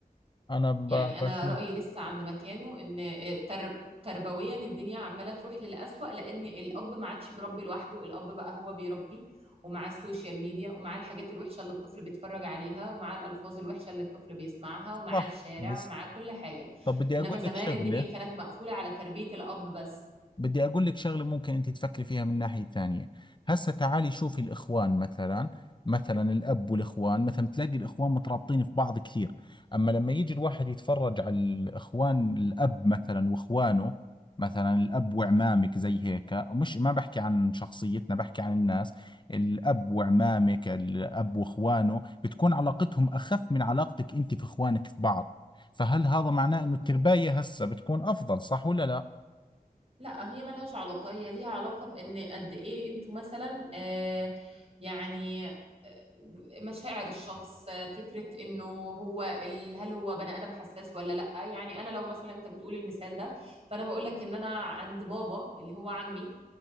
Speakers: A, on the left; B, on the right.
A: أنا ب-
B: يعني انا
A: بشوف
B: رايي لسه عند مكانه ان ترب تربويا الدنيا عماله تروح للأسوأ لان الاب ما عادش بيربي لوحده الاب بقى هو بيربي ومع السوشيال ميديا ومع الحاجات الوحشه اللي الطفل بيتفرج عليها ومع الالفاظ الوحشه اللي الطفل بيسمعها ومع
A: صح
B: الشارع
A: بس
B: مع كل حاجه
A: طب بدي
B: انما
A: أقول
B: زمان
A: لك شغلة
B: الدنيا كانت مقفوله على تربيه الاب بس
A: بدي أقول لك شغلة ممكن أنت تفكري فيها من ناحية ثانية هسا تعالي شوفي الإخوان مثلا مثلا الأب والإخوان مثلا تلاقي الإخوان مترابطين في بعض كثير أما لما يجي الواحد يتفرج على الإخوان الأب مثلا وإخوانه مثلا الأب وعمامك زي هيك مش ما بحكي عن شخصيتنا بحكي عن الناس الأب وعمامك الأب وإخوانه بتكون علاقتهم أخف من علاقتك أنت في إخوانك في بعض فهل هذا معناه إنه الترباية هسا بتكون أفضل صح ولا لا؟
B: لا هي ملهاش علاقة هي ليها علاقة بإن قد إيه أنتوا مثلا آه يعني آه، مشاعر الشخص آه، فكرة إنه هو ال- هل هو بني آدم حساس ولا لأ يعني أنا لو مثلا أنت بتقول المثال ده فأنا بقول لك إن أنا عند بابا اللي هو عمي